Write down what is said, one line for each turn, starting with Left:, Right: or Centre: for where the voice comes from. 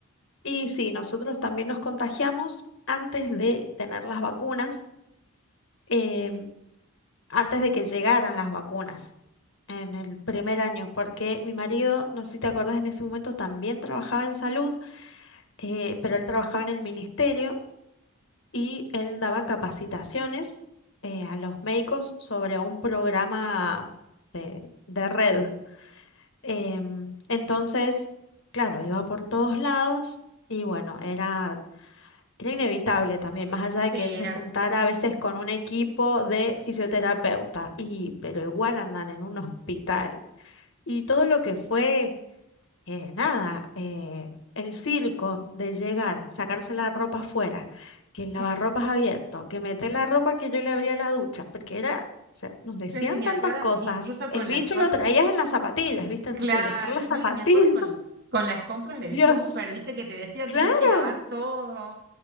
Left: Y sí, nosotros también nos contagiamos antes de tener las vacunas, em, antes de que llegaran las vacunas en el primer año, porque mi marido, no sé si te acordás, en ese momento también trabajaba en salud, eh, pero él trabajaba en el ministerio y él daba capacitaciones eh, a los médicos sobre un programa de, de red Em, entonces, claro, iba por todos lados y bueno, era, era inevitable también, más allá
Right: Sí,
Left: de que él
Right: era,
Left: se juntara a veces con un equipo de fisioterapeuta, y, pero igual andan en un hospital. Y todo lo que fue eh, nada, eh, el circo de llegar, sacarse la ropa afuera, que
Right: sí,
Left: el lavarropas
Right: <laughs>
Left: abierto, que meter la ropa que yo le abría la ducha, porque era, o sea, nos decían
Right: claro, y me
Left: tantas
Right: acuerdo
Left: cosas,
Right: incluso
Left: el
Right: con
Left: bicho
Right: las cosas,
Left: lo traías en las zapatillas, ¿viste? Entonces
Right: claro,
Left: dejar las zapatillas,
Right: ¿no? Y me acuerdo con
Left: <laughs>
Right: las, con las compras del
Left: Dios,
Right: súper, viste que te decían
Left: claro.
Right: tenés que lavar todo.